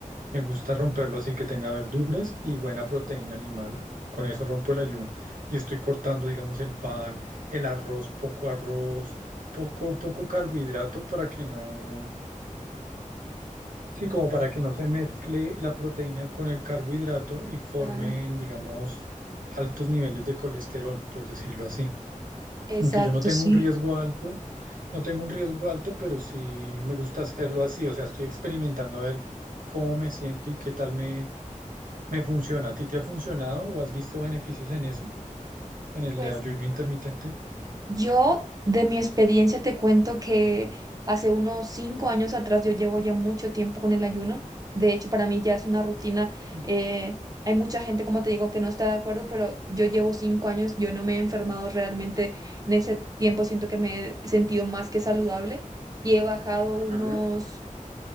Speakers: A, on the right (about 80°); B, on the right (about 25°).
A: Me gusta romperlo así que tenga verduras y buena proteína animal. Con eso rompo el ayuno. Y estoy cortando, digamos, el pan, el arroz, poco arroz, poco, poco carbohidrato para que no Sí, como para que no se mezcle la proteína con el carbohidrato y formen,
B: claro.
A: digamos, altos niveles de colesterol, por decirlo así.
B: Exacto,
A: Aunque yo no tengo
B: sí.
A: un riesgo alto, no tengo un riesgo alto, pero sí me gusta hacerlo así. O sea, estoy experimentando a ver cómo me siento y qué tal me, me funciona. ¿A ti te ha funcionado o has visto beneficios en eso, en el
B: Pues
A: ayuno intermitente?
B: Yo, de mi experiencia, te cuento que hace unos cinco años atrás yo llevo ya mucho tiempo con el ayuno. De hecho, para mí ya es una rutina.
A: Ujú.
B: eh, hay mucha gente, como te digo, que no está de acuerdo, pero yo llevo cinco años, yo no me he enfermado realmente. En ese tiempo siento que me he sentido más que saludable y he bajado
A: Ah,
B: unos